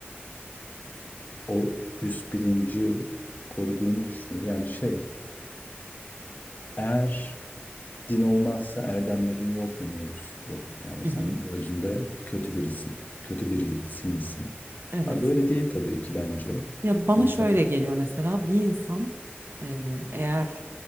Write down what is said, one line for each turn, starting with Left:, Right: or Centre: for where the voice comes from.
Left: o üst bilinci koruduğunu düşünüyor. Yani şey, eğer Din olmazsa erdemlerin yok mu mevzusu bu. Yani
Right: Hı hı.
Left: sen özünde kötü birisin. Kötü birisi misin?
Right: Evet.
Left: Ha, böyle değil tabii ki bence.
Right: Ya bana
Left: İnsan
Right: şöyle geliyor mesela bir insan eee, eğer